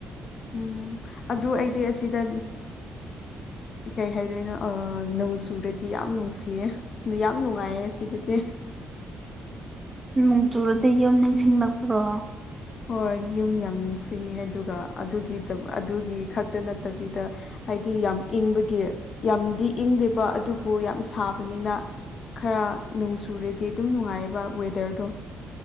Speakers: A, on the left (about 55°); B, on the right (about 15°).
A: ꯎꯝ ꯑꯗꯨ ꯑꯩꯗꯤ ꯑꯁꯤꯗ ꯀꯩ ꯍꯥꯏꯗꯣꯏꯅꯣ ꯅꯣꯡꯆꯨꯔꯗꯤ ꯌꯥꯝ ꯅꯨꯡꯁꯤꯌꯦ ꯑꯗꯨ ꯌꯥꯝ ꯅꯨꯡꯉꯥꯏꯌꯦ ꯁꯤꯗꯗꯤ
B: ꯅꯣꯡ ꯆꯨꯔꯗꯤ ꯌꯨꯝ ꯅꯤꯡꯁꯤꯡꯂꯛꯄ꯭ꯔꯣ
A: ꯍꯣꯏ ꯌꯨꯝ ꯌꯥꯝ ꯅꯤꯡꯁꯤꯡꯉꯦ ꯑꯗꯨꯒꯒꯤ ꯑꯗꯨꯒꯤ ꯈꯛꯇ ꯅꯠꯇꯕꯤꯗ ꯍꯥꯏꯗꯤ ꯌꯥꯝ ꯏꯪꯕꯒꯤ ꯌꯥꯝꯗꯤ ꯏꯪꯗꯦꯕ ꯑꯗꯨꯕꯨ ꯌꯥꯝ ꯁꯥꯕꯅꯤꯅ ꯈꯔ ꯅꯅꯨꯡ ꯁꯨꯔꯦꯗꯤ ꯑꯗꯨꯝ ꯅꯨꯡꯉꯥꯏꯑꯕ ꯋꯦꯗꯔꯗꯣ